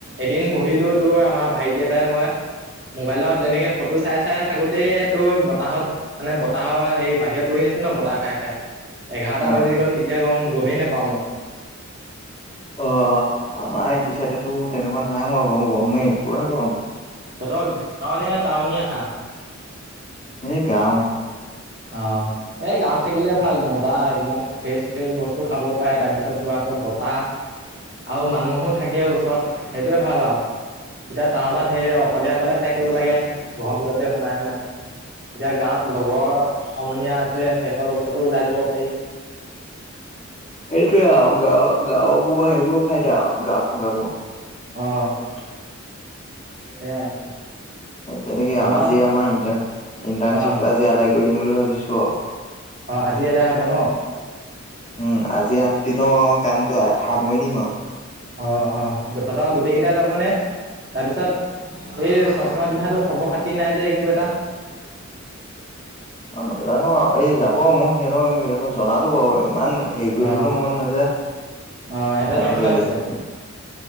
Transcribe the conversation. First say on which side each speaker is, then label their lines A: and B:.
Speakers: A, on the right; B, on the left.
A: এদিন বহিলো তোৰ আমাৰ ভাইটি এটাই মই। <unintelligible> মোবাইলত এনেকে ফটো চাই-চাই থাকোঁতে তোৰ বতাহত <unintelligible> মানে বতাহৰ হেৰি বাহিৰত বহি আছিলোঁ ন বতাহ খাই-খাই। <unintelligible> এঘাৰটা
B: অ
A: বাজি গ'ল কেতিয়া গম-গমেই নেপাওঁ মানে। <unintelligible>
B: অঁ! আমাৰ এইটো চাইডেতো তেনেকুৱা নাই হোৱা বাৰু গৰমেই, পুৰা গৰম। <unintelligible>
A: তহঁতৰ গাঁও নে টাউনীয়া? <unintelligible>
B: এই গাঁও। <unintelligible>
A: অঁ। <unintelligible> এ গাঁৱত থাকিলে ভাল মজা এইবিলাক ফ্ৰেচ-ফ্ৰেচ বস্তু খাব পাৰে তাৰপিছত তোৰ আকৌ বতাহ। <unintelligible> আৰু মানুহো থাকে ওচৰত সেইটোৱেই ভাল আৰু। <unintelligible> এতিয়া টাউনত সেই অকলে-অকলে থাকিব লাগে, ঘৰৰ ভিতৰতে সোমাই-সোমাই। <unintelligible> এতিয়া গাঁৱত লগৰ সমনীয়া আছে সিহঁতৰ লগতো ওলাই যাব পাৰি। <unintelligible>
B: সেইটোৱেই আৰু গাঁও-গাঁওবোৰ সেইবোৰে ফাইদা, গাঁৱত থকাবোৰ। <unintelligible>
A: অঁ! <unintelligible> সেয়াই <inaudible>
B: তেনেকে
A: আমাৰো
B: আও আজি আমাৰ ইণ্টান-ইণ্টাৰ্শ্বিপটো
A: অ'
B: আজি আদায় কৰি দিম বুলি ভাবিছোঁ আও। <unintelligible>
A: অঁ! আজি এদাই হব ন? <unintelligible>
B: উম! আজি আঠদিনৰ কামটো সামৰি দিম আৰু। <unintelligible>
A: অ-অ! তহঁতৰ গোটেইকেইটা যাবনে তাৰপিছত? <unintelligible> সেই চশমা পিন্ধাটো খবৰ খাতি নাই যে একো এটা? <unintelligible>
B: <unintelligible> অ নাজানো আও <inaudible> এই যাব মই সিহঁতক জনালো বাৰু ইমান হেৰি কৰি
A: অ'
B: থাকিবও মন নাযায়,
A: অ' সিহঁতে
B: আজিকালি
A: যাব নাই পিছে